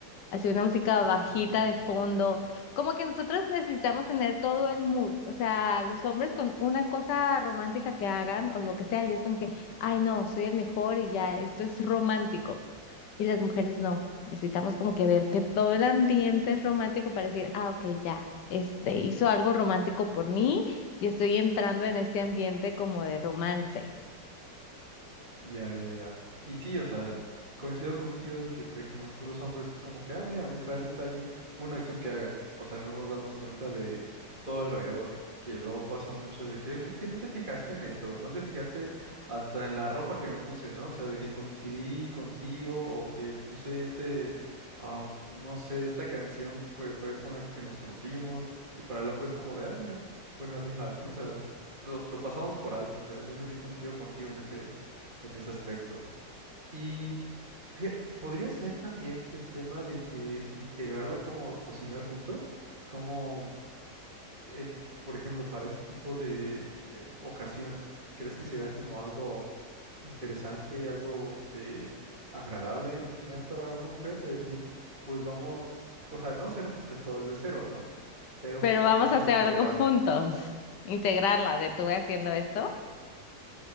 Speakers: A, on the left (about 75°); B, on the right (about 30°).
A: así una música bajita
B: Ujú.
A: de fondo, como que nosotros necesitamos tener todo el mood, o sea, los hombres con una cosa romántica que hagan o lo que sea, y es como que, ay no, soy el mejor y ya, esto es romántico. Y las mujeres no. Necesitamos como que ver que todo el ambiente es romántico para decir, ah, ok, ya, este hizo algo romántico por mí y estoy entrando en este ambiente como de romance.
B: Ya, ya, ya. Y sí, o sea, coincido contigo de que, por ejemplo, nosotros los hombres es como que, ah, mira, un gran detalle, una acción que haga. O sea, no nos damos cuenta de todo alrededor, que luego pasa mucho de que, "Es que no te fijaste en esto, no te fijaste hasta en la ropa que me puse, ¿no? O sea, de que coincidí contigo o que puse este, am, no sé, esta canción que fue con la que nos conocimos. Y para el hombre es como de, ah, mira, buena rola, ¿no? O sea, lo, lo pasamos por alto, o sea, en eso sí coincido contigo, en ese en ese aspecto. Y fíjate, podría ser también el tema de que integrarla como cocinar juntos, como, en- por ejemplo, para ese tipo de eh, ocasión, ¿crees que sería como algo interesante, algo eh, agradable en general para una mujer? De decir, pues vamos, o sea, no hacerlo quizás todo desde cero, ¿no? Pero
A: Pero
B: pues también
A: vamos
B: como
A: a hacer
B: integrar.
A: algo <laughs> juntos. Integrarla de tuve haciendo esto.